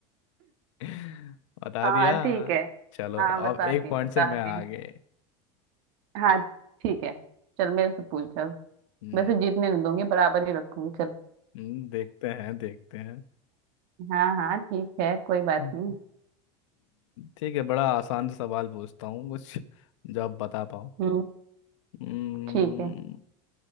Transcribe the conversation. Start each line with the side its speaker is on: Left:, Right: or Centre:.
Left: <laughs> बता
Right: हाँ
Left: दिया
Right: ठीक है
Left: चलो
Right: हाँ
Left: अब
Right: बता दिया
Left: एक पॉइंट
Right: बता
Left: से मैं
Right: दिया
Left: आगे
Right: हाँ ठीक है चल मेरे से पूछ अब
Left: हम्म
Right: वैसे जीतने नहीं दूंगी बराबर ही रखूंगी चल
Left: हम्म, देखते हैं देखते हैं
Right: हाँ हाँ ठीक है कोई बात
Left: हम्म,
Right: नहीं
Left: ठीक है बड़ा आसान सा सवाल पूछता हूँ कुछ जो आप बता पाओ
Right: हम्म
Left: हम्म,
Right: ठीक है